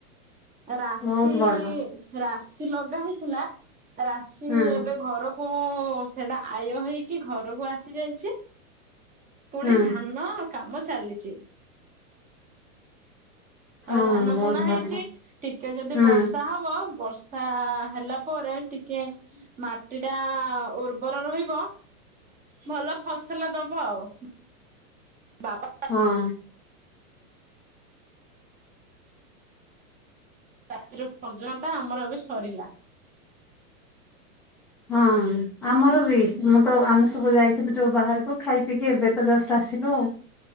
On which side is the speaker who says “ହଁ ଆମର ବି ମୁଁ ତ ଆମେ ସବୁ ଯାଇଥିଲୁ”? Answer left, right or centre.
Centre